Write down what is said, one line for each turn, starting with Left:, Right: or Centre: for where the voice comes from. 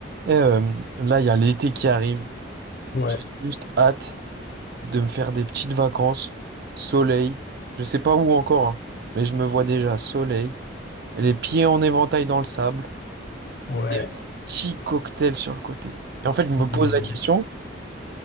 Right: Et euh, là, il y a l'été qui arrive.
Left: Ouais,
Right: J'ai juste hâte de me faire des petites vacances, soleil. Je sais pas où encore, hein, mais je me vois déjà soleil, les pieds en éventail dans le sable,
Left: ouais.
Right: et un petit cocktail sur le côté. Et en fait, je me
Left: Mhm.
Right: pose la question,